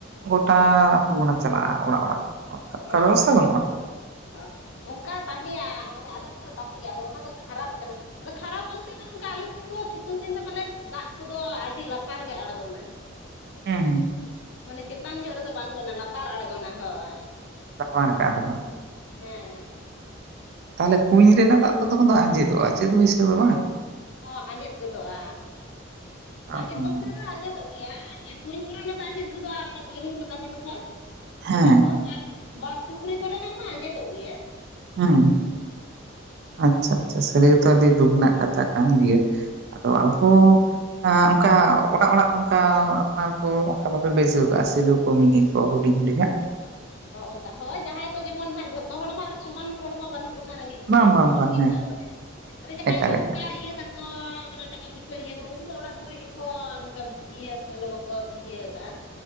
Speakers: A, on the right; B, on the left.
A: ᱜᱚᱴᱟ
B: ᱦᱮᱸ
A: ᱟᱹᱛᱩ ᱠᱷᱚᱱᱟᱜ ᱪᱟᱞᱟᱜᱼᱟ ᱚᱲᱟᱜ ᱚᱲᱟᱜ, ᱚᱱᱠᱟ ᱚᱱᱠᱟ
B: ᱚᱲᱟᱜ
A: ᱵᱮᱵᱚᱥᱛᱷᱟ
B: ᱚᱲᱟᱜ
A: ᱵᱟᱹᱱᱩᱜᱼᱟ
B: ᱚ ᱦᱚᱸ ᱚᱱᱠᱟ ᱛᱟᱦᱮᱸᱭᱟ ᱢᱟᱱᱮ ᱟᱞᱮ ᱟᱛᱩᱨ ᱨᱮ ᱛᱟᱦᱮᱸ ᱜᱮᱭᱟ ᱟᱫᱚ ᱚᱱᱟ ᱫᱚ ᱠᱷᱟᱨᱟᱯ ᱠᱟᱱᱟ ᱟᱫᱚ ᱠᱷᱟᱨᱟᱯ ᱵᱚᱞᱛᱮ ᱫᱚ ᱱᱚᱝᱠᱟ ᱟᱞᱮ ᱥᱛᱩᱚᱜ ᱥᱤᱛᱩᱝ ᱫᱤᱱ ᱫᱚ ᱯᱟᱞᱮ ᱫᱟᱜ ᱠᱚᱫᱚ ᱟᱹᱰᱤ ᱞᱟᱛᱟᱨ ᱜᱮ ᱟᱬᱜᱚᱱᱟ᱾
A: ᱦᱮᱸ ᱦᱮᱸ
B: ᱢᱟᱱᱮ ᱪᱮᱛᱟᱱ ᱧᱚᱜ ᱨᱮᱫᱚ ᱵᱟᱹᱱᱩᱜ ᱟᱱᱟ ᱞᱟᱛᱟᱨ ᱟᱬᱜᱚᱱᱟ ᱦᱳᱭ,
A: <unintelligible> ᱛᱠᱷᱚᱱ
B: ᱦᱮᱸ
A: ᱛᱟᱦᱚᱞᱮ ᱠᱩᱧ ᱨᱮᱱᱟᱜ ᱫᱟᱜ ᱫᱚ ᱛᱚᱠᱷᱚᱱ ᱫᱚ ᱟᱸᱡᱮᱫᱚᱜᱼᱟ ᱪᱮᱫ ᱵᱟᱹᱭᱥᱟᱹᱣ ᱫᱚ ᱵᱟᱝ
B: ᱦᱚᱸ ᱟᱸᱡᱮᱫ ᱜᱚᱫᱚᱜᱼᱟ
A: ᱚ
B: ᱟᱸᱡᱮᱫ
A: ᱦᱚᱸ
B: ᱵᱚᱞᱛᱮ ᱫᱚ ᱟᱸᱡᱮᱫᱚᱜ ᱜᱮᱭᱟ ᱤᱭᱟ. ᱠᱩᱧ ᱠᱚᱨᱮᱱᱟᱜ ᱫᱟᱜ ᱟᱸᱡᱮᱫ ᱜᱚᱫᱚᱜ ᱟ ᱟᱨ ᱚᱱ ᱵᱳᱨᱤᱝ ᱠᱚ ᱛᱟᱦᱮᱱ ᱠᱷᱟ
A: ᱦᱮᱸ
B: ᱚᱱᱟ ᱠᱚ ᱟᱨ ᱵᱟᱸᱫᱽ ᱯᱩᱠᱷᱨᱤ ᱠᱚᱨᱮᱱᱟᱜ ᱢᱟ ᱟᱸᱡᱮᱫᱚᱜ ᱜᱮᱭᱟ,
A: ᱦᱮᱸ ᱟᱪᱪᱷᱟ ᱟᱪᱪᱷᱟ ᱥᱟᱹᱨᱤ ᱜᱮᱛᱚ ᱟᱹᱰᱤ ᱫᱩᱠ ᱨᱮᱱᱟᱜ ᱠᱟᱛᱷᱟ ᱠᱟᱱ ᱜᱮᱭᱟ ᱟᱫᱚ ᱟᱵᱚ ᱮ ᱚᱱᱠᱟ ᱚᱲᱟᱜ ᱚᱲᱟᱜ ᱚᱱᱠᱟ ᱟᱯᱱᱟᱨ ᱠᱚ ᱚᱱᱠᱟ ᱵᱟᱯᱮ ᱵᱟᱹᱭᱡᱟᱹᱣ ᱠᱟᱜᱼᱟ ᱥᱮᱞᱩ ᱠᱚ ᱢᱤᱱᱤ ᱠᱚ ᱦᱩ ᱦᱩᱰᱤᱧ ᱦᱩᱰᱤᱧ ᱟᱜ
B: ᱚᱱᱠᱟ ᱦᱳᱭ ᱡᱟᱦᱟᱸᱭ ᱠᱚ ᱡᱮᱢᱚᱱ ᱦᱟᱸᱜ ᱡᱷᱚᱛᱚ ᱦᱚᱲ ᱢᱟ ᱟᱨ ᱥᱚᱢᱟᱱ ᱦᱚᱲᱢᱟ ᱵᱟᱹᱱᱩᱜ ᱠᱚ ᱨᱮᱸᱜᱮᱡ ᱠᱤᱥᱟᱹᱲ
A: ᱵᱟᱝ ᱵᱟᱝ
B: ᱥᱚᱢᱟᱱ
A: ᱵᱟᱝ
B: ᱜᱮ ᱢᱮᱱᱟᱜ ᱵᱚᱱᱟ ᱦᱮᱸ ᱥᱮ ᱟᱫᱚ ᱡᱟᱦᱟᱸᱭ
A: ᱮᱠᱟᱞ
B: ᱠᱚ
A: ᱮᱠᱟᱞ
B: ᱚᱱᱠᱟ ᱤᱭᱟᱹ ᱛᱟᱠᱚ ᱢᱟᱱᱮ ᱴᱟᱠᱟ ᱯᱚᱭᱥᱟ ᱤᱭᱟᱹ ᱩᱱᱠᱩ ᱫᱚ ᱚᱲᱟᱜ ᱠᱚᱨᱮ ᱜᱮᱠᱚ ᱚᱱᱠᱟ ᱤᱭᱟᱹ ᱥᱮᱞᱳ ᱠᱚ ᱠᱚ ᱤᱭᱟᱹ ᱠᱟᱜᱼᱟ